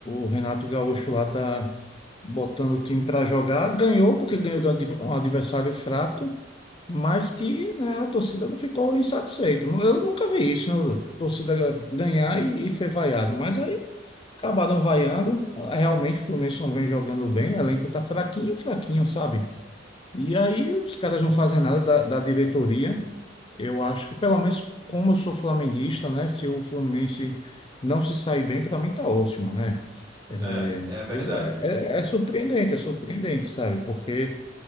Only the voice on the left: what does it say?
o Renato Gaúcho lá tá botando o time para jogar. Ganhou porque ganhou de um adv- um adversário fraco, mas que, né, a torcida não ficou insatisfeita. Nu- Eu nunca vi isso, né? A torcida ga- ganhar e, e ser vaiado. Mas aí acabaram vaiando. Realmente o Fluminense não vem jogando bem, o elenco tá fraquinho, fraquinho, sabe? E aí os caras não fazem nada da, da diretoria. Eu acho que, pelo menos, como eu sou flamenguista, né? Se o Fluminense não se sair bem, para mim tá ótimo, né? É,
mas é, é- é surpreendente, é surpreendente, sabe? Porque